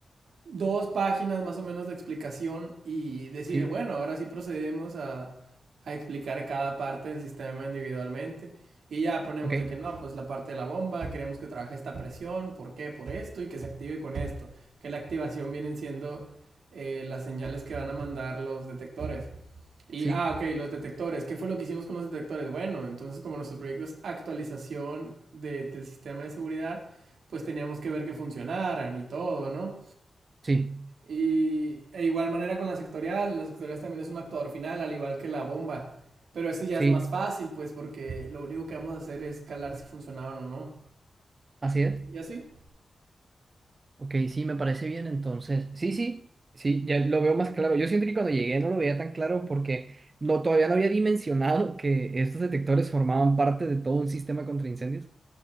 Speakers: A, on the right; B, on the right.
A: dos páginas más o menos de explicación y decir,
B: Sí,
A: bueno, ahora sí procedemos a, a explicar cada parte del sistema individualmente. Y ya ponemos
B: ok.
A: de que no, pues la parte de la bomba, queremos que trabaje esta presión, ¿por qué? Por esto y que se active con esto. Que la activación vienen siendo eh, las señales que van a mandar los detectores. Y,
B: Sí,
A: ah, ok, los detectores. ¿Qué fue lo que hicimos con los detectores? Bueno, entonces como nuestro proyecto es actualización de- del sistema de seguridad, pues teníamos que ver que funcionaran y todo, ¿no?
B: sí,
A: Y e igual manera con la sectorial, la sectorial también es un actuador final, al igual que la bomba. Pero ese ya
B: sí.
A: es más fácil, pues, porque lo único que vamos a hacer es calar si funcionaban o no.
B: Así es.
A: Y así.
B: Ok, sí, me parece bien entonces. Sí, sí, sí, ya lo veo más claro. Yo siento que cuando llegué no lo veía tan claro porque no, todavía no había dimensionado que estos detectores formaban parte de todo un sistema contra incendios.